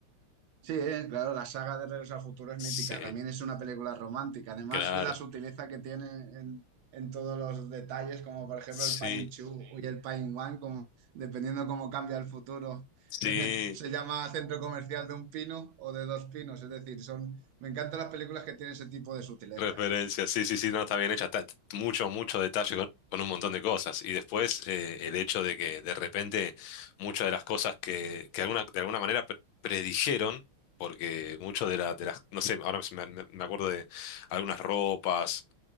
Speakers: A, on the right; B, on the left.
A: Sí, eh, claro, la saga de Regreso al Futuro es
B: Sí,
A: mítica, también es una película romántica, además
B: claro.
A: de la sutileza que tiene en, en todos los detalles, como por ejemplo
B: Sí,
A: el Pine Two y el Pine One, como, dependiendo cómo cambia el futuro.
B: sí,
A: <laughs> se llama centro comercial de un pino o de dos pinos, es decir, son, me encantan las películas que tienen ese tipo de sutilezas.
B: Referencia, sí, sí, sí, no, está bien hecha, está mucho, mucho detalle con, con un montón de cosas. Y después eh, el hecho de que de repente muchas de las cosas que, que alguna, de alguna manera pre- predijeron, porque mucho de, la- de las, no sé, ahora se me, me- me acuerdo de algunas ropas